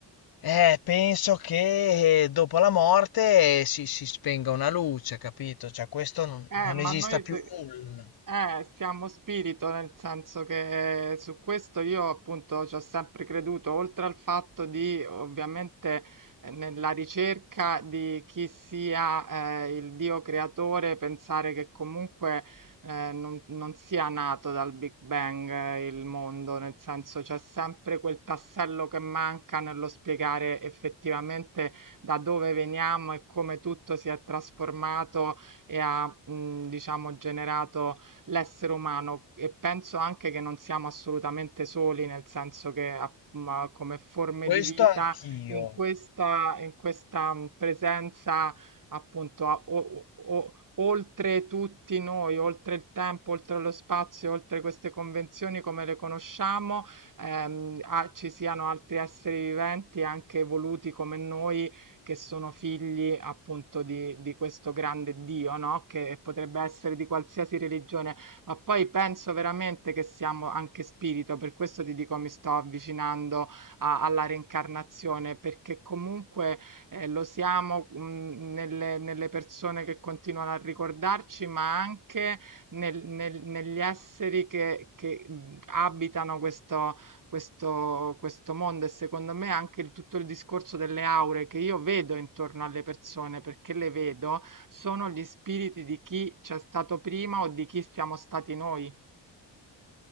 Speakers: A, on the left (about 60°); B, on the right (about 50°).
A: Eh, penso che dopo la morte si, si spenga una luce, capito? Cioè, questo non,
B: Eh,
A: non
B: ma
A: esista
B: noi
A: più
B: se-
A: nulla.
B: eh, siamo spirito, nel senso che su questo io appunto ci ho sempre creduto, oltre al fatto di ovviamente eh, nella ricerca di chi sia eh, il Dio creatore, pensare che comunque eh, non, non sia nato dal Big Bang eh, il mondo, nel senso c'è sempre quel tassello che manca nello spiegare effettivamente da dove veniamo e come tutto si è trasformato e ha, mh, diciamo, generato l'essere umano e penso anche che non siamo assolutamente soli, nel senso che app- ma come forme
A: Questo
B: di vita
A: anch'io.
B: in questa, in questa mh, presenza appunto a- o- o- o- oltre tutti noi, oltre il tempo, oltre lo spazio, oltre queste convenzioni come le conosciamo, ehm, ah, ci siano altri esseri viventi anche evoluti come noi che sono figli appunto di, di questo grande Dio, no? Che potrebbe essere di qualsiasi religione, ma poi penso veramente che siamo anche spirito, per questo ti dico mi sto avvicinando a- alla reincarnazione, perché comunque eh, lo siamo mh, nelle, nelle persone che continuano a ricordarci, ma anche nel- nel- negli esseri che, che mh, abitano questo, questo, questo mondo e secondo me anche il- tutto il discorso delle aure che io vedo intorno alle persone, perché le vedo, sono gli spiriti di chi c'è stato prima o di chi siamo stati noi.